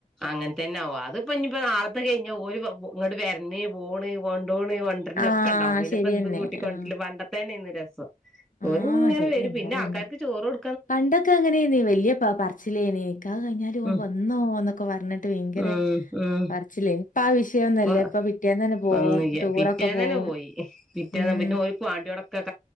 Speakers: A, in the centre; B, on the left.
A: അങ്ങന് തന്നാവ അത്പ്പോ ഇനിയ്പ്പോ നാളത്തെ കൈഞ്ഞ ഒരു ഇങ്ങട്ട് വര്ണെ പോണ് കൊണ്ട് ണ്ടൂണ് വണ്ടർലഒക്കെഇണ്ടാവും
B: ആ
A: പിന്നിപ്പോ
B: ശരി
A: എന്ത്
B: തന്നെ
A: കൂട്ടിക്കൊണ്ട്രല്ല്
B: ആ
A: പണ്ടത്തെയനെ ആയ്ന്ന് രെസം ഓരിങ്ങനെ
B: ആ ശരി
A: വരും
B: തന്നെ
A: പിന്നെ
B: പറയാണ്ടോ
A: ആൾക്കാർക്ക് ചോറു കൊടു
B: പണ്ടൊക്കെ അങ്ങനെയാര്നീ വെല്യ പ പറ്ച്ചിലേനെ ഇക്കാഹ് കൈഞ്ഞാലു പോമ്പോ
A: ഉം
B: വന്നോന്നൊക്ക പറ്ഞ്ഞിട്ട് വിങ്കരെ
A: ഉം ഉം
B: പർചിലെ ഇപ്പാ വിഷയൊന്നില്ല
A: ഇപ്പൊ
B: ഇപ്പ പിറ്റേന്ന് പോവും
A: ഒന്നുല്ല പിറ്റേന്ന്
B: പോവും
A: തന്നെ പോയി പിറ്റേന്ന്
B: ഉം
A: പിന്നെ ഒരു <unintelligible>